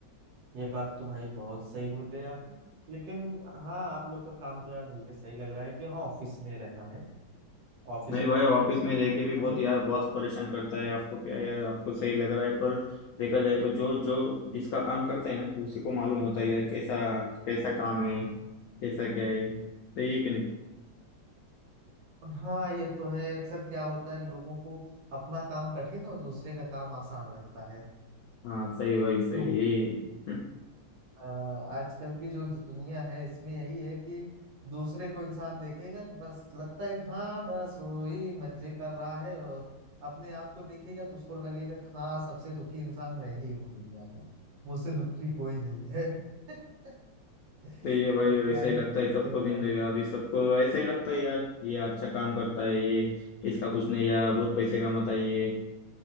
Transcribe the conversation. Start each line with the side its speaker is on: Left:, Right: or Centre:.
Right: ये बात तो भाई बहुत सही बोले आप लेकिन हाँ आप लोग का काम तो यार मुझे सही लग रहा है कि हाँ ऑफिस में रहना है ऑफिस
Left: नहीं
Right: वर्क
Left: भाई ऑफिस
Right: है
Left: में रह के भी बहुत
Right: हम लोग
Left: यार बहुत परेशान करता है आपको क्या यार आपको सही लग रहा है पर देखा जाए तो जो जो जिसका काम करता है ना उसी को मालूम होता है यार कैसा कैसा काम है कैसा क्या है सही है कि नहीं
Right: हाँ ये तो है अक्सर क्या होता है लोगों को अपना काम कठिन और दूसरे का काम आसान लगता है
Left: हाँ सही है भाई सही
Right: क्यों
Left: यही <laughs>
Right: अ, आजकल की जो दुनिया है इसमें यही है कि दूसरे को इंसान देखेगा तो बस लगता है कि हाँ बस वही मजे कर रहा है और अपने आप को देखेगा तो उसको लगेगा कि हाँ सबसे दुखी इंसान मैं ही हूँ दुनिया का मुझसे दुखी कोई नहीं है <laughs> तो
Left: सही है भाई वैसा
Right: क्या ही
Left: ही लगता
Right: कर सकते
Left: है सबको
Right: हैं
Left: जिंदगी
Right: भाई
Left: अभी सबको ऐसा ही लगता है यार ये अच्छा काम करता है ये इसका कुछ नहीं यार बहुत पैसे कमाता है ये